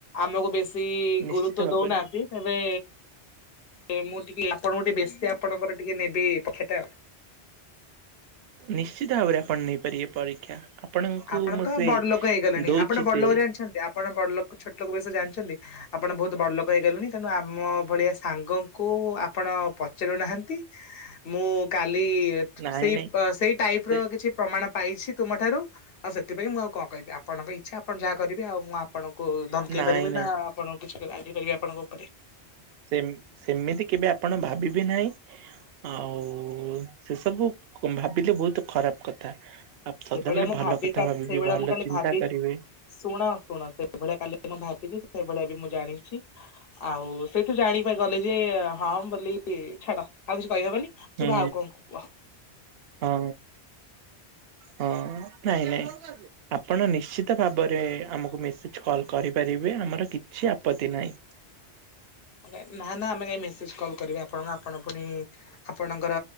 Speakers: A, on the left; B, on the right.
A: ଆମକୁ ବେଶୀ
B: ନିଶ୍ଚିତ
A: ଗୁରୁତ୍ବ
B: ଭାବରେ
A: ଦଉନାହାଁନ୍ତି ତେବେ ମୁଁ ଟିକେ ଆପଣଙ୍କୁ ଟିକେ ବେଶୀ ଆପଣଙ୍କର ଟିକେ ନେବି ପକ୍ଷତା ଆଉ।
B: ନିଶ୍ଚିତ ଭାବରେ ଆପଣ ନେଇପାରିବେ ପରୀକ୍ଷା। ଆପଣଙ୍କୁ
A: ଆପଣ
B: ମୁଁ
A: ତ
B: ସେ
A: ବଡଲୋକ ହେଇଗଲେଣି
B: ଦଉଛି
A: ଆପଣ ବଡଲୋକ
B: ସେ
A: ଜାଣିଛନ୍ତି ଆପଣ ବଡଲୋକ ଛୋଟ ଲୋକ ବିଷୟ ରେ ଜାଣିଚନ୍ତି ଆପଣ ବହୁତ ବଡ ଲୋକ ହେଇଗଲେଣି ତେଣୁ ଆମ ଭଳିଆ ସାଙ୍ଗକୁ ଆପଣ ପଚାରୁୁନାହାନ୍ତି ମୁଁ କାଲି
B: ନାଇଁ
A: ସେଇ
B: ନାଇଁ
A: ପ୍ ସେଇ ଟାଇପ୍
B: ସେ
A: ର କିଛି ପ୍ରମାଣ ପାଇଛି ତୁମଠାରୁ ଆଉ ସେଥିପାଇଁ ମୁଁ ଆଉ କଣ କହିବି ଆପଣଙ୍କ ଇଚ୍ଛା ଆପଣ ଜାହା କରିବେ ଆଉ ମୁଁ ଆପଣଙ୍କୁ କୁ ଧମକେଇ
B: ନାଇଁ
A: ପାରିବି
B: ନାଇଁ
A: ନା ଆପଣ କିଛି ବି ରାଗି ପାରିବି ଆପଣଙ୍କ ଉପରେ।
B: ସେ ସେମିତି କେବେ ଆପଣ ଭାବିବେ ନାହିଁ ଆଉ ସେ ସବୁ ଭାବିଲେ ବହୁତ ଖରାପ କଥା। ଆ ସଦାବେଳେ
A: ସେଭଳିଆ ମୁଁ
B: ଭଲ
A: ଭାବି,
B: କଥା ଭାବିବି
A: ସେଇଭଳିଆ
B: ଭଲ
A: ମୁଁ କାଲି
B: ଚିନ୍ତା
A: ଭାବିଛି
B: କରିବେ
A: ଶୁଣ ଶୁଣ ସେଇଭଳିଆ କାଲି ମୁଁ ଭାବିଛି। ସେଇଭଳିଆ ବି ମୁଁ ଜାଣିଛି ଆଉ ସେଇଠୁ ଜାଣି ଗଲି ଯେ ହଁ ବୋଲି ଛାଡ ଆଉ କିଛି କହିହବନି ତୁମେ
B: ହୁଁ
A: ଆଉ କଣଙ୍କୁ କୁହ?
B: ହଁ ହଁ ନାଇଁ ନାଇଁ ଆପଣ ନିଶ୍ଚିତ ଭାବରେ ଆମକୁ ମେସେଜ କଲ କରିପାରିବେ ଆମର କିଛି ଆପତ୍ତି ନାହିଁ।
A: ହଁ ନା ନା ଆମେ କାଇଁ ମେସେଜ କଲ୍ କରିବେ ଆପଣ ଆପଣ ପୁଣି ଆପଣଙ୍କର